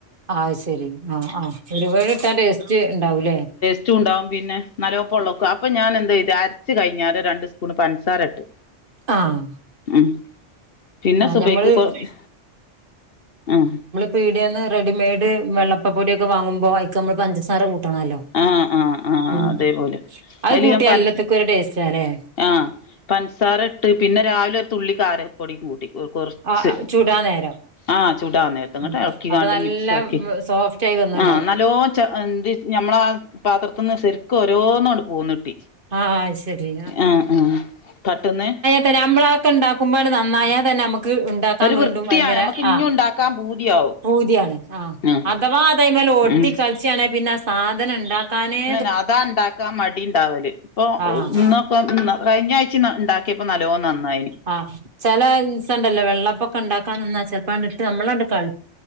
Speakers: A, on the right; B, on the left.
A: ആഹ് ശെരി ആഹ് ആഹ് ല്ലിവടട്ടട്ടേസ്റ്റ് ണ്ടാവൂലേ
B: റ്റു ഉണ്ടാവും പിന്നെ നാലോപ്പള്ളക്കു അപ്പൊ ഞാൻ എന്ത്യ്ത് അരച്ചു കഴിഞ്ഞാരെ രണ്ട് സ് പൂണ് പൻസാര ഇട്ട്
A: ആഹ്
B: ഉം പിന്നെ
A: ആഹ്
B: സുബൈക്ക്
A: ഞമ്മള്
B: കൊറച്ച് ആഹ്
A: പീടെന്ന് റെഡിമെയ്ഡ് വെള്ളപ്പപ്പൊടി ഒക്കെ വാങ്ങുമ്പോ അയ്ക്ക് നമ്മൾ പഞ്ചസാര കൂ ത്ങ്ങാലോ
B: ആഹ് ആഹ് ആഹ്
A: ഉം
B: അതേപോലെ
A: അഹ്
B: അയില്
A: കൂട്ടിയ
B: ഞാൻ പൻ
A: എല്ലത്ക്കും ഒരു ടേസറ്റാല്ലേ
B: ആഹ് പൻസാര ഇട്ട് പിന്നെ രാവിലെ തുള്ളിക്കാരപ്പൊടിയും കൂട്ടി കുറച്ച്
A: ആഹ് ചുടാൻ നേരം
B: ആഹ് ചൂടാന്നേര ത് ങ്ങട്ട്
A: ഉം
B: ഇളക്കികാണ്ട്
A: അപ്പൊ നല്ല
B: മിക്സ് ആക്കി
A: സോഫ്റ്റ് ആയി വന്നിണ്ടാവും
B: ആഹ് നല്ലോ എന്ത് ഞമ്മളാ പാത്രത്തിന്ന് ശെരിക്കും ഓരോന്നോണ്ട് പോന്നിട്ടി
A: ആഹ് അത് ശരി
B: ആഹ് ആഹ് പട്ടുന്നെ
A: പ നമ്മളാഒക്കെ ണ്ടാക്കുമ്പോട് നന്നായാ തന്നെ നമക്ക് ഉ ണ്ടാക്കാൻ
B: ഒരു
A: വീണ്ടും
B: വൃത്തിയാ
A: ഭയങ്കര
B: നമ്മക്ക് ഇഞ്ഞും
A: ആഹ്
B: ഉണ്ടാക്കാൻ പൂതിയാവും
A: പൂതിയാണ് ആഹ്
B: ഉം
A: അഥവാ അതായ്മേൽ ഒട്ടി
B: ഉം
A: കളിചാണെ പിന്നെ ആ സാധനം ണ്ടാക്കാനേ
B: നാതാണ്ടാക്കാ മടി ണ്ടാവല് ഇപ്പൊ
A: ആഹ്
B: ന്നു പ്പം കഴിഞ്ഞാഴ്ചി ഉണ്ടാക്കിയപ്പോ നല്ലോം നന്നായി
A: ആഹ് ചെലേ ഇൻസണ്ടല്ലോ വെള്ളപ്പൊക്കെ ഉണ്ടാക്കാന്നാ ചെൽപ്പാണ്ടിട്ട് നമ്മളണ്ട് കൾ